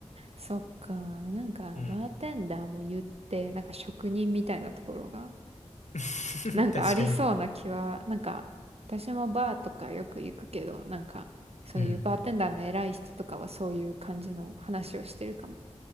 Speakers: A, on the right; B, on the left.
A: そっか、なんか、
B: うん。
A: バーテンダーも言って、なんか職人みたいなところが、
B: <laughs>
A: なんかありそうな気は、
B: 確かに。
A: なんか、私もバーとかよく行くけど、なんか、そういうバーテンダーの偉い人とかはそういう感じの話をしてるかも。
B: うん。